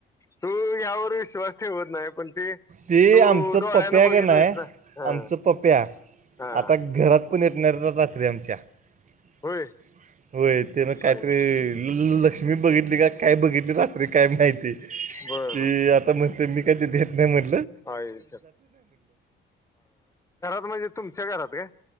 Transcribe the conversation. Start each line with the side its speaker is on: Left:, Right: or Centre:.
Left: तू यावर विश्वास ठेवत नाही पण. ते
Right: ते
Left: तू
Right: आमचं
Left: डोळ्यानं
Right: पप्या
Left: बघितलंयस
Right: का नाही,
Left: ना हा
Right: आमचं पप्प्या
Left: हा
Right: आता घरात. ण यनातात रे आमच्या. <unintelligible>
Left: होय
Right: होय ते ना काहीतरी
Left: आई
Right: ल तुम्ही बघितली का काय, बघितली रात्री काय, माहिती ती
Left: बर बर
Right: आता म्हणते मी कधी देतानाही म्हन
Left: <unintelligible> घरात म्हणजे, तुमच्या घरात काय